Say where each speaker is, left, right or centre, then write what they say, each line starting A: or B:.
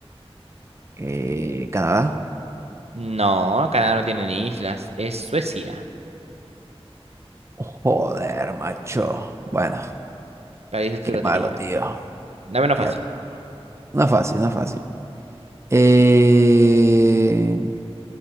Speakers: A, on the right; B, on the right.
A: Eh, Canadá.
B: No, Canadá no tiene ni islas, es Suecia.
A: Joder, macho. Bueno,
B: La dices tu
A: qué
B: lotería.
A: malo, tío.
B: Dame una fácil.
A: Ya. Una fácil, una fácil. Eh...